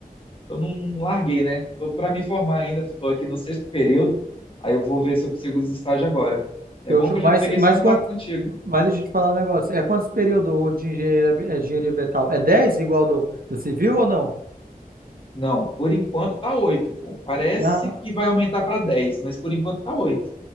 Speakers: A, on the left; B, on the right.
A: eu não larguei, né? Tô para me formar ainda, tô aqui no sexto período, aí eu vou ver se eu consigo os estágios agora. É
B: Eu,
A: bom
B: acho-
A: que eu
B: mas,
A: já peguei
B: mas,
A: esse contato
B: quanto,
A: contigo.
B: mas deixa eu te falar um negócio. É quantos períodos de engenheiro, ambi- é, engenharia ambiental? É 10 igual do, do civil ou não?
A: Não, por enquanto tá 8, pô. Parece
B: Ah,
A: que vai aumentar para 10, mas por enquanto tá 8.